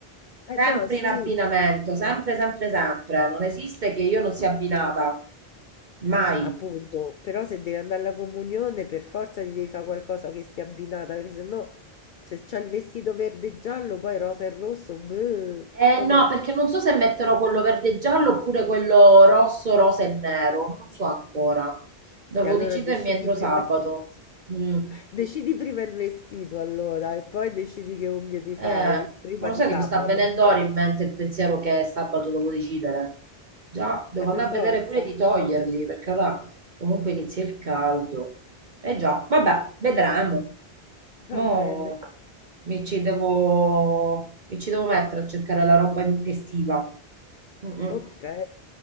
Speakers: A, on the left; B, on the right.
A: eh
B: Sempre
A: no,
B: in
A: sì,
B: abbinamento, sempre, sempre, sempre. Non esiste che io non sia abbinata. Mai.
A: appunto, però se devi andare alla comunione per forza ti devi fa' qualcosa che stia abbinata, perché sennò se c'hai il vestito verde e giallo, poi rosa e rosso, beh,
B: Eh
A: o
B: no,
A: no?
B: perché non so se metterò quello verde e giallo oppure quello rosso, rosa e nero. Non so ancora. Devo
A: E allora
B: decidermi
A: decidi
B: entro
A: prima
B: sabato.
A: il vestito.
B: Mm.
A: <laughs> Decidi prima il vestito allora e poi decidi che unghie ti fai,
B: Eh,
A: prima
B: ma lo
A: di
B: sai
A: sabato,
B: che mi sta venendo
A: ovviamente.
B: ora in mente il pensiero che sabato devo decidere. Già, devo
A: Eh, per
B: andare
A: forza.
B: a vedere pure di toglierli, perché ora comunque inizia il caldo. Eh già, vabbè, vedremo.
A: Eh,
B: Mo
A: va bene.
B: mi ci devo, mi ci devo mettere a cercare la roba estiva. Mm, mm.
A: Ok.